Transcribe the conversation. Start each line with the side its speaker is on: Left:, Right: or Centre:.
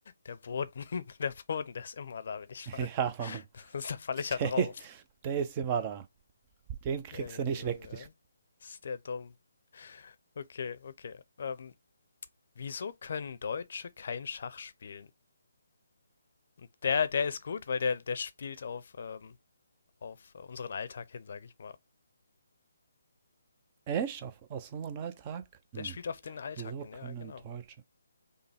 Left: Der Boden. <laughs> Der Boden, der ist immer da, wenn ich
Right: <laughs>
Left: falle.
Right: Ja, Mann.
Left: <laughs> da falle ich ja drauf.
Right: Der, der ist immer da. Den kriegst
Left: Ey,
Right: du nicht
Left: Junge.
Right: weg.
Left: Ist der dumm. Okay, okay. Ähm, wieso können Deutsche kein Schach spielen? Und der, der ist gut, weil der, der spielt auf, ähm, auf äh, unseren Alltag hin, sag ich mal.
Right: Echt? Auf, aus unserem Alltag? Hm.
Left: Der spielt auf den Alltag
Right: Wieso
Left: hin,
Right: können
Left: ja, genau.
Right: Deutsche?